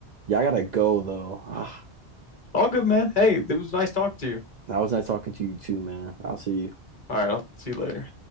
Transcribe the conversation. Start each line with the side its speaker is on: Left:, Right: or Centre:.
Right: yeah, I gotta go though. Ah,
Left: All good, man. Hey, it was nice talking to you.
Right: I was nice talking to you too, man. I'll see you.
Left: All right, I'll see you later.